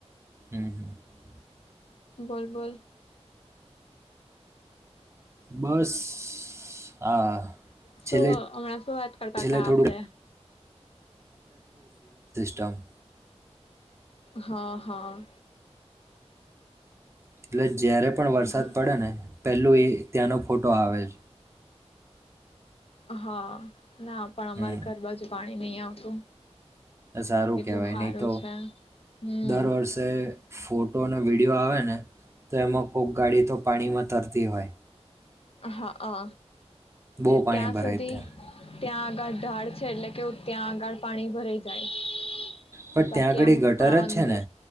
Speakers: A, on the right; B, on the left.
A: હમ, હમ
B: બોલ બલ
A: બસ, હા, હા
B: શું
A: છેલ્લે
B: હમણાં શું વાત કરતા
A: છેલ્લે
B: તા
A: થોડુંક
B: આપડે
A: જમ
B: હા, હા
A: <unintelligible> જ્યારે પણ વરસાદ
B: હા
A: પડે ને પેલું એ ત્યાંનો ફોટો આવેજ
B: હા ના પણ અમારે
A: હમ
B: ઘર બાજુ પાણી ની આવતું
A: સારું
B: એટલું
A: કેવાય
B: સારું
A: નયતો
B: છે હમ
A: દર વર્ષે ફોટો અને વિ <unintelligible> વિડિયો આવેને તો એમાં કોકગાડી તો પાણીમાં તરતી હોય
B: હ અ
A: બહુ
B: <unintelligible>
A: પાણી
B: ત્યાં
A: ભરાય
B: સુધી
A: ત્યાં
B: ત્યાં આગળ ઢાળ છે એટલે કેવું ત્યાં આગળ પાણી ભરાઈ જાય
A: પણ
B: બાકી
A: ત્યાં આગળ
B: આમ
A: ગટર
B: અંદર
A: જ છે ને